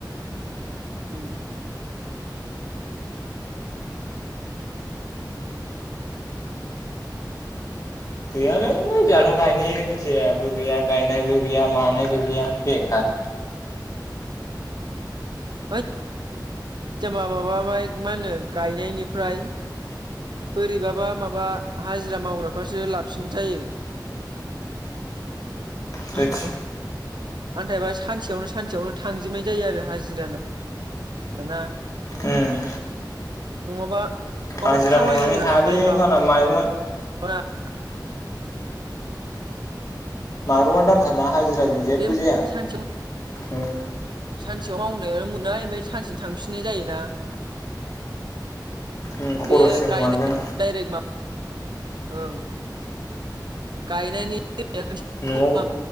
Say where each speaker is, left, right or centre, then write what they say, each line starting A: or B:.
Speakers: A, on the right; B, on the left.
A: उम
B: गैयालै जोंहाथ' गायनाय इथियाबो गैया गायनायबो गैया मानायबो गैया बेखार
A: है जेनबा माबाबाय मा होनो गायनायनिफ्राय बोरैबाबा माबा हाजिरा मावग्राफोरासो लाफसिन जायो <unintelligible> <unintelligible>
B: थोदस
A: आन्थायबा सानसेयावनो सानसेयावनो थांजोबनाय जायो आरो हाजिरानो दाना
B: उम
A: नङाबा माबा
B: हाजिरा
A: खामायोब्रा
B: मावनानै हायालै
A: ओमफ्राय माबा
B: फाग्ला माइरंआ
A: <unintelligible>
B: मायरंआ दाम थारना हाजि जायजों जेबो
A: बे
B: जाया
A: सानसेयाव
B: उम्म
A: सानसेयाव मावनायाव मोननाय ओमफाय सानसेनो थांफिननाय जायोना।
B: उम
A: बे
B: खरसजों
A: गायनाय
B: माजों
A: दायरेक्ट माबा ओं गायनायनि <inaudible>
B: न'आव